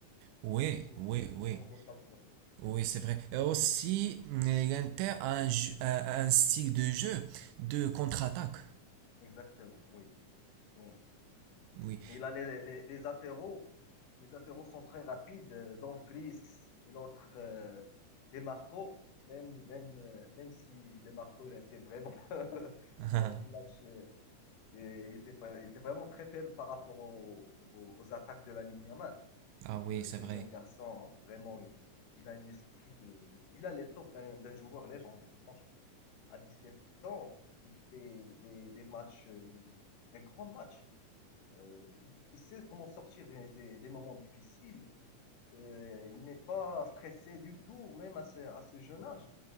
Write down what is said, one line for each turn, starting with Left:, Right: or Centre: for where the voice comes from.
Right: oui,
Left: ou
Right: oui,
Left: bien ce
Right: oui.
Left: genre d'occasion.
Right: Oui, c'est vrai. Et aussi, euh, l'Inter a un, ju- un- un style de jeu de contre-attaque.
Left: Exactement, oui, oui.
Right: Oui.
Left: Il a les, les, les latéraux. Les latéraux sont très rapides. euh, Dumfries et l'autre, euh, Demarco. Même, même, euh, même si Demarco, il a été vraiment, <laughs>
Right: <laughs>
Left: lors du match, euh, et il était, pas, il était vraiment très faible par rapport au- au- aux, attaques de Lamine Yamal.
Right: Ah oui,
Left: Le-
Right: c'est
Left: ce
Right: vrai.
Left: jeune garçon, vraiment, il, il a un esprit de, de- Il a l'étoffe d'un d'un joueur légendaire. Franchement, à 17 ans, il fait des, des matchs, euh, des grands matchs. Euh, il sait comment sortir des, des- des moments difficiles. Euh, il n'est pas stressé du tout, même à ce, à ce jeune âge,